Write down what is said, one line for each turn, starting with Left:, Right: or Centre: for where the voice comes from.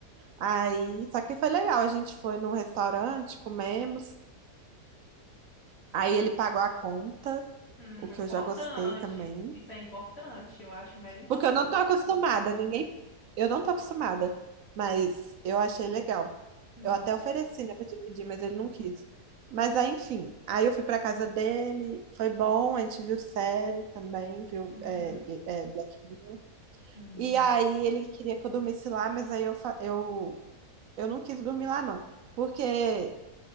Right: Aí, só que foi legal. A gente foi num restaurante, comemos. Aí ele pagou a conta,
Left: Hum,
Right: o que
Left: importante.
Right: eu já gostei também.
Left: Isso isso é importante. Eu acho mega importante.
Right: Porque eu não tô acostumada, ninguém. Eu não tô acostumada, mas eu achei legal.
Left: Uhum,
Right: Eu até ofereci, né, pra dividir, mas ele não quis. Mas aí, enfim, aí eu fui pra casa dele, foi bom, a gente viu série também, viu
Left: uhum,
Right: é, Ga- é, Black Mirror.
Left: uhum.
Right: E aí ele queria que eu dormisse lá, mas aí eu, fa- eu, eu não quis dormir lá, não. Porque,